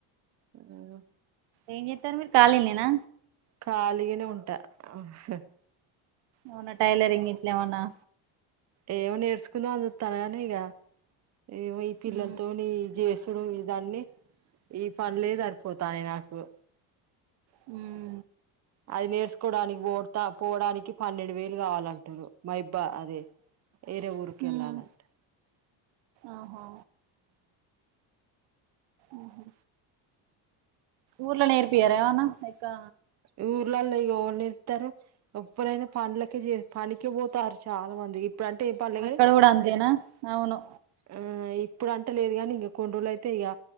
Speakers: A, on the right (about 40°); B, on the right (about 70°).
A: ఊ
B: ఏం చేతారు మీరు కాలిగా నేనా
A: ఖాళీగానే ఉంటా హ
B: మొన్న టైలరింగ్ ఇట్లేమన్నా
A: ఏమో నేర్చుకుందాం అని చూతన్న గాని ఇగ ఏమొ పిల్లలతోని
B: ఉమ్
A: జేసుడు ఇదన్ని ఈ పనులే సరిపోతానయి నాకు
B: హ
A: అది నేర్చుకోవడానికి పోడతా పోవడానికి పన్నెండు వేలు కావాలంటురు మహబ్బా అదే వేరే ఊరుకెళ్లాలి
B: ఉమ్
A: అంటే
B: ఆహా ఓహో ఊర్ళ నేర్పియర ఏమన్నా ఇకా
A: ఊర్లల్లో ఇగ ఎవరు నేర్పుతారు ఎప్పుడైనా పండ్లక చే పనికి పోతారు చాలా మంది ఇప్పుడు అంటే ఏం పనిలేదు కానీ
B: అక్కడ కూడా అంతేనా
A: ఎ
B: అవును
A: ఆ ఇప్పుడు అంటె లేదు కాని ఇంక కొన్ని రోజలు అయితే ఇక